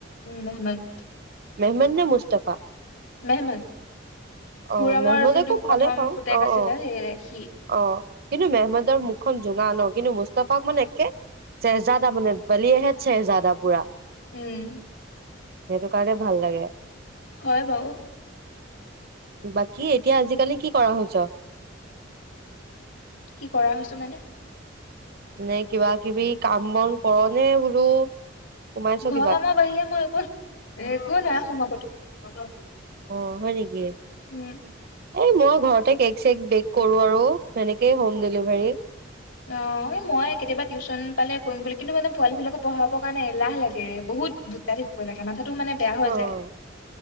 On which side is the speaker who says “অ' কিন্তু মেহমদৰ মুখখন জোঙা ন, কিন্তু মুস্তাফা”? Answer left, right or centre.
Right